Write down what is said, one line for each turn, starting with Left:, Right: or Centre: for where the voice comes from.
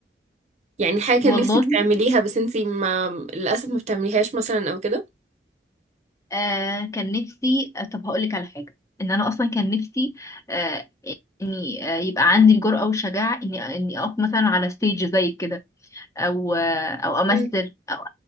Right: يعني حاجه كان
Left: والله
Right: نفسك تعمليها بس انت ما للاسف ما بتعمليهاش مثلا او كده
Left: آه كان نفسي آه، طب هقولك على حاجة إن أنا أصلا كان نفسي آه إني آه يبقى عندي الجرأة والشجاعة إني إني أقف مثلا على ستيج زي كده أو آه أو أمثل
Right: مم.
Left: أو